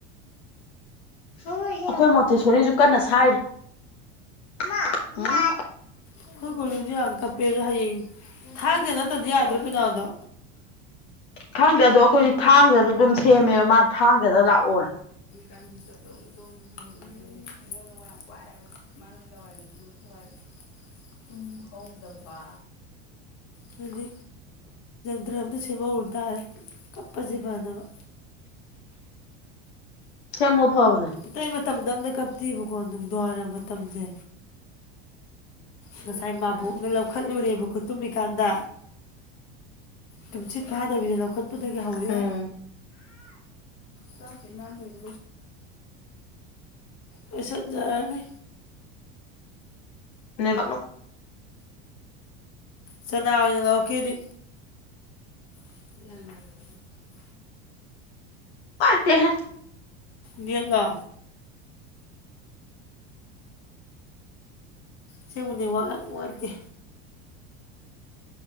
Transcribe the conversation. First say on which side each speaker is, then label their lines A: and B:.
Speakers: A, on the left; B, on the left.
A: ꯑꯩꯈꯣꯏ ꯃꯣꯊꯦꯁꯣꯔꯤꯁꯨ ꯀꯟꯅ ꯁꯥꯏꯔꯤꯦ ꯑ
B: ꯑꯩꯈꯣꯏ ꯒꯨꯔꯨꯁꯨ ꯌꯥꯝ ꯀꯞꯄꯦꯁꯨ ꯍꯌꯦꯡ ꯊꯥꯡꯗꯦ ꯅꯠꯇ꯭ꯔꯗꯤ ꯌꯥꯗ꯭ꯔꯣ ꯄꯩꯅꯥꯗꯣ
A: ꯈꯪꯗꯦ ꯑꯗꯣ ꯑꯩꯈꯣꯏꯗꯤ ꯊꯥꯡꯖꯗ ꯑꯗꯨꯝ ꯁꯦꯝꯃꯦꯕ ꯃꯥꯅ ꯊꯥꯡꯖꯗ ꯂꯥꯛꯑꯣꯅꯦ
B: ꯀꯥꯡꯕꯨ ꯆ ꯇꯧ ꯇꯣꯡ ꯍ ꯑꯩꯉꯣꯟꯗ ꯌꯥꯝ ꯋꯥꯏꯑꯦꯕ ꯃꯥꯅꯗꯋꯥꯏꯕ ꯆꯨꯝꯅ ꯊꯨꯋꯥꯏꯕꯁꯦ ꯇꯨꯡꯍꯧꯗꯕ ꯀꯗꯤ ꯗ꯭ꯔꯗ ꯁꯤꯃ ꯎꯔꯗꯥ ꯀꯞꯄꯁꯦ ꯐꯗꯕ
A: ꯍꯦ ꯃ ꯐꯥꯎꯅꯦ
B: ꯑꯇꯩ ꯃꯇꯝꯗ ꯑꯃꯇ ꯀꯞꯄꯤꯤꯕꯀꯣ ꯅꯨꯡꯗꯋꯥꯏꯔ ꯃꯇꯝꯁꯦ ꯉꯁꯥꯏ ꯃꯥꯕꯣꯛꯅ ꯂꯧꯈꯠꯂꯨꯔꯦꯕ ꯈꯨꯠꯇꯨꯝꯃꯤꯀꯥꯟꯗ ꯅꯨꯡꯁꯤꯤꯠ ꯐꯥꯗꯕꯤꯗ ꯂꯧꯈꯠꯄꯗꯒꯤ ꯍꯧꯔꯛꯑꯦ
A: ꯎꯝ
B: ꯆꯁ ꯏꯃꯥꯟꯗꯅ ꯂꯁꯗꯣ ꯂꯣꯏꯁꯤꯟꯅꯖꯔꯅꯤ
A: ꯅꯥꯛ
B: ꯆꯅꯥ ꯑꯣꯏꯅ ꯂꯧꯀꯦꯗꯤ ꯏ
A: ꯄꯔꯇ ꯍꯥꯏ
B: ꯅꯂ ꯁꯤꯦꯡꯕꯨꯅꯦꯕ ꯌꯥꯝ ꯅꯨꯡꯉꯥꯏꯇꯦ